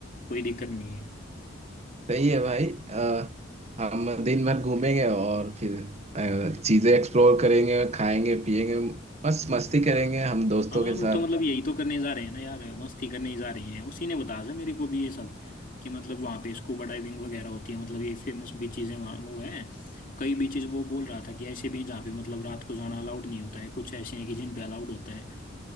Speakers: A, on the left; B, on the right.
A: कोई दिक्कत नहीं है
B: सही है भाई अ, हम दिन भर घूमेंगे और फिर अ, चीजें एक्सप्लोर करेंगे खाएंगे पिएंगे मस्त मस्ती करेंगे हम दोस्तों
A: हाँ
B: के
A: हम
B: साथ
A: तो मतलब यही तो करने जा रहे हैं ना यार मस्ती करने ही जा रहे हैं उसी ने बताया था मेरे को भी ये सब कि मतलब वहाँ पे स्कूबा डाइविंग वगैरह होती है मतलब ये फेमस बीचेज हैं वहाँ वो हैं कई बीचेज वो बोल रहा था कि ऐसे भी हैं जहाँ पे मतलब रात को जाना अलाउड नहीं होता है कुछ ऐसे हैं कि जिन पे अलाउड होता है